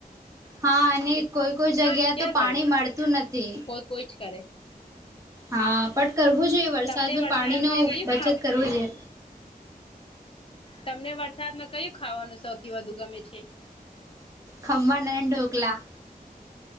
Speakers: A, on the right; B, on the left.
A: હા અને
B: એ
A: કોઈ કોઈ
B: બધા
A: જગ્યા
B: ક્યાં
A: તો પાણી
B: કરે
A: મળતું નથી
B: કોઈ કોઈ જ કરે
A: હા પણ કરવું જોઈએ વરસાદ
B: તમને
A: નુ
B: વરસાદમાં
A: પાણી નુ
B: કયું
A: બચત
B: ખાવ
A: કરવું જોઈએ
B: તમને વરસાદમાં કયું ખાવાનું સૌથી વધુ ગમે છે.
A: ખમણ નાને એ ડોકલા